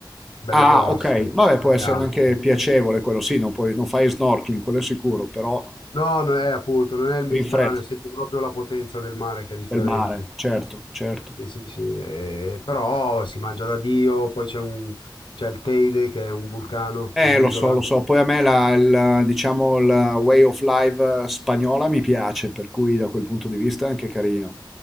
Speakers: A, on the left; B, in the centre.
A: belle
B: Ah,
A: grosse,
B: ok. Vabbè,
A: belle
B: può essere
A: alte.
B: anche piacevole quello, sì, non puoi- non fai snorkeling, quello è sicuro, però
A: No, non è appunto, non è il Mediterraneo,
B: ti rinfresca
A: senti proprio la potenza del mare che è differente.
B: del mare, certo, certo.
A: Sì, sì, sì. eh, però si mangia da Dio, poi c'è un, c'è il Teide che è un vulcano sull'isola.
B: Eh, lo so, lo so. Poi a me la, il, diciamo, la way of life eh, spagnola mi piace, per cui da quel punto di vista è anche carino.